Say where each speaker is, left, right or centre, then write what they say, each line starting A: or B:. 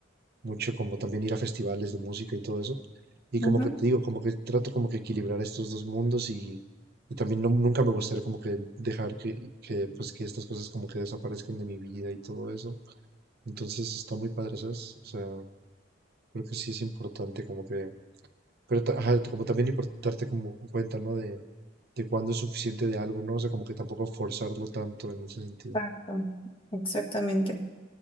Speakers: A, on the right (about 55°); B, on the left (about 30°).
A: mucho como también ir a festivales de música y todo eso. Y como
B: Ujú,
A: que te digo, como que trato como que equilibrar estos dos mundos y, y también no- nunca me gustaría como que dejar que, que, pues que estas cosas como que desaparezcan de mi vida y todo eso. Entonces está muy padre, ¿sabes? O sea, creo que sí es importante como que, pero ta- ajá, como también importarte como cuenta, ¿no? De, de cuándo es suficiente de algo, ¿no? O sea, como que tampoco forzarlo tanto en ese sentido.
B: Exacto, exactamente.